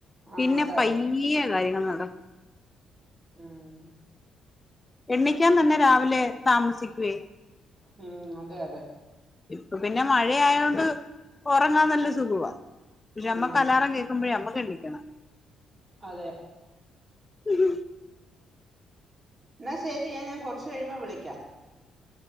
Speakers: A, on the right (about 35°); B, on the left (about 20°).
A: ആഹ്
B: പിന്നെ
A: അതെ
B: പയ്യെയാ കാര്യങ്ങള് നട
A: ആഹ്
B: എണ്ണീക്കാൻ തന്നെ രാവിലെ താമസിക്കുവേ
A: ഉം അതെ അതെ
B: ഇപ്പൊ പിന്നെ മഴയായോണ്ട് ഒറങ്ങാൻ നല്ല സുഖവാ പക്ഷെ
A: ഉം
B: നമ്മക്ക് അലാറം കേക്കു മ്പഴേ നമ്മക്ക് എണീക്കണം
A: അതെ
B: ഉം
A: എന്നാ ശെരിയേ ഞാൻ കുറച്ച് കഴിയുമ്പോ വിളിക്കാം